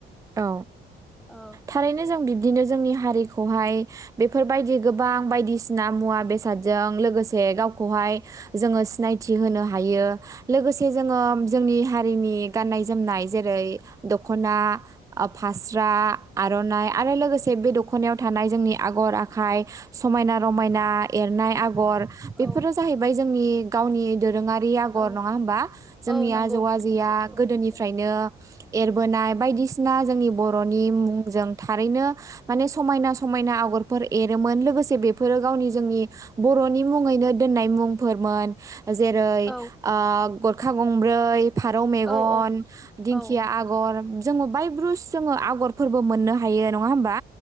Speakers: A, on the right (about 15°); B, in the centre.
A: औ
B: औ
A: थारैनो जों बिब्दिनो जोंनि हारिखौहाय बेफोरबायदि गोबां बायदिसिना मुवा बेसादजों लोगोसे गावखौहाय जोङो सिनायथि होनो हायो लोगोसे जोङो जोंनि हारिनि गाननाय जोमनाय जेरै दख'ना ओ फास्रा आर'नाइ आरो लोगोसे बे दख'नायाव थानाय जोंनि आगर आखाइ समाइना रमाइना एरनाय आगर बेफोर
B: औ
A: जाहैबाय जोंनि गावनि दोरोङारि आग'र
B: औ
A: नङा होमबा जोंनि
B: औ नंगौ
A: आजौ
B: नोंथाङा
A: आजैआ
B: सैथोखौनो
A: गोदोनिफ्रायनो
B: बुंदों
A: एरबोनाय बायदिसि ना जोंनि बर'नि मुंजों थारैनो माने समाइना समाइना आगरफोर एरोमोन लोगोसे बेफोरो गावनि जोंनि बर'नि मुङैनो दोननाय मुंफोरमोन। जेरै ओ
B: औ
A: गरखा गंब्रै फारौ मेगन,
B: औ औ
A: दिंखिया
B: औ
A: आग'र। जोंबो बाय ब्रुस जोङो आगरफोरबो मोननो हायो नङा होमबा